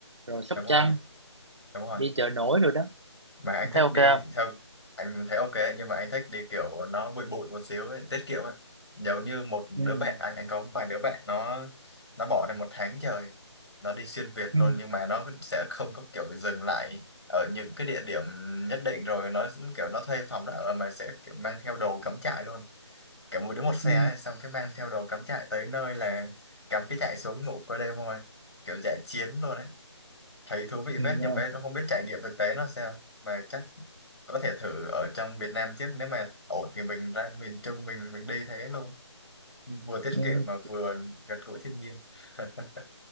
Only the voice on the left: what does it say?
đúng rồi
đúng rồi
mà anh
thích
đi
thì theo anh thấy ok ấy, nhưng mà anh thích đi kiểu nó bụi bụi một xíu ấy, tiết kiệm ấy giống như một đứa
bạn anh anh có một vài đứa bạn nó nó bỏ ra một tháng trời nó đi xuyên Việt
luôn nhưng mà nó sẽ không có kiểu dừng lại ở những cái địa điểm nhất định rồi nó kiểu nó thuê phòng nó ở mà sẽ kiểu mang theo đồ cắm trại luôn kiểu mỗi đứa một xe
ấy, xong cái mang theo đồ cắm trại tới nơi là cắm cái trại xuống ngủ qua đêm thôi kiểu dã chiến luôn ấy thấy thú vị
phết
nhưng mà em không biết trải nghiệm thực tế nó sao mà chắc có thể thử ở trong Việt Nam trước nếu mà ổn thì mình ra miền Trung mình mình đi thế luôn vừa tiết
kiệm mà vừa gần gũi thiên nhiên <laughs>